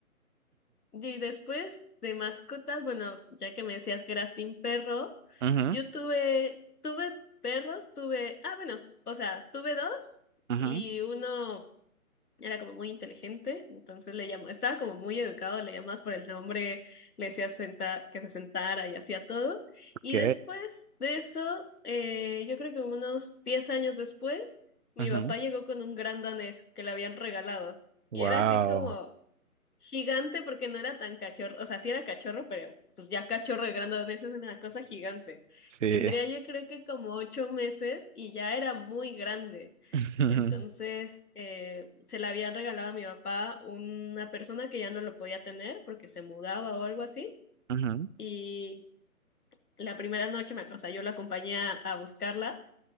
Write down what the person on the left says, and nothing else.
Y después de mascotas, bueno, ya que me decías que eras team perro,
yo tuve, tuve perros, tuve, ah, bueno, o sea, tuve dos
y uno era como muy inteligente, entonces le llamó, estaba como muy educado, le llamabas por el nombre, le decías senta- que se sentara y hacía todo.
Y después de eso, eh, yo creo que unos 10 años después, mi
papá llegó con un gran danés que le habían regalado y
era así como... Gigante porque no era tan cachorro, o sea, sí era cachorro, pero pues ya cachorro de grandonés es una cosa gigante.
Tendría yo creo que como ocho meses y ya era muy grande.
Entonces, eh, se la habían regalado a mi papá una persona que ya no lo podía tener porque se mudaba o algo así.
Y la primera noche, me- o sea, yo la acompañé a, a buscarla